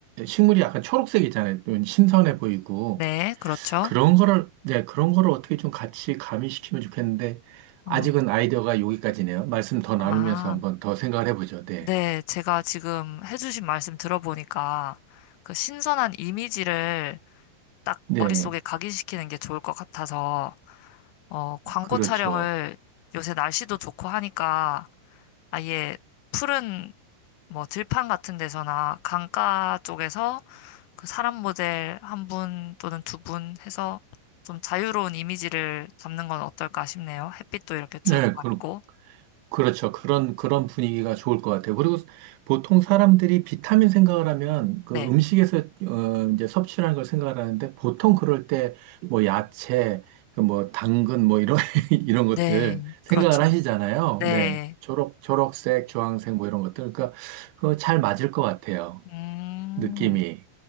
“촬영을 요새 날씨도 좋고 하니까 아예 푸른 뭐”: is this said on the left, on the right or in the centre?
Left